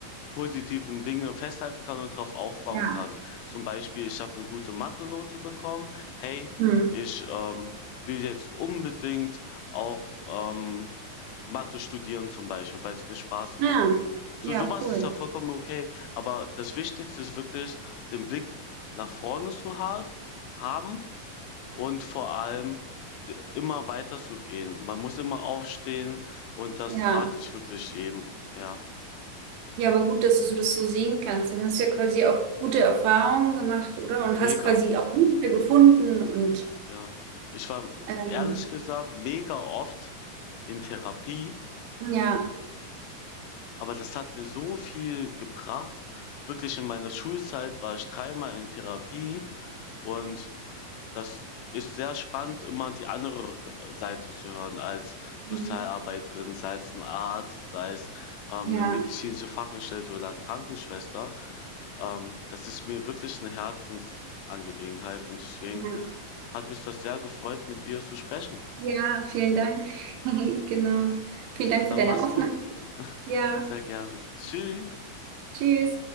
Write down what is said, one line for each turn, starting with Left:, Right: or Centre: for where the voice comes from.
Left: positiven Dinge festhalten kann und darauf aufbauen
Right: ja,
Left: kann. Zum Beispiel, ich habe eine gute Mathe-Note bekommen. Hey,
Right: hm,
Left: ich ähm, will jetzt unbedingt auch ähm, Mathe studieren zum Beispiel, weil es mir Spaß
Right: ja,
Left: macht. So
Right: ja,
Left: sowas
Right: cool.
Left: ist ja vollkommen okay. Aber das Wichtigste ist wirklich, den Blick nach vorne zu haben, haben und vor allem d- immer weiter zu gehen. Man muss immer aufstehen und das
Right: Ja,
Left: rate ich wirklich jedem. Ja,
Right: ja, aber gut, dass du so das so sehen kannst. Dann hast du ja quasi auch gute Erfahrungen gemacht, oder? Und
Left: mega.
Right: hast quasi auch Hilfe gefunden und
Left: Ja, ich war
Right: ähm,
Left: ehrlich gesagt mega oft in Therapie,
Right: ja,
Left: aber das hat mir so viel gebracht. Wirklich in meiner Schulzeit war ich dreimal in Therapie und das ist sehr spannend, immer die andere Seite zu hören, als Sozialarbeiterin,
Right: mhm,
Left: sei es ein Arzt, sei es ähm,
Right: ja,
Left: eine medizinische Fachangestellte oder eine Krankenschwester. Ähm, das ist mir wirklich eine Herzensangelegenheit und deswegen
Right: ja.
Left: hat mich das sehr gefreut, mit dir zu sprechen.
Right: Ja, vielen Dank. <laughs> Genau. Vielen Dank
Left: Dann
Right: für deine
Left: mach's
Right: Offenheit.
Left: gut. <laughs>
Right: Ja,
Left: Sehr gerne. Tschüss.
Right: tschüss.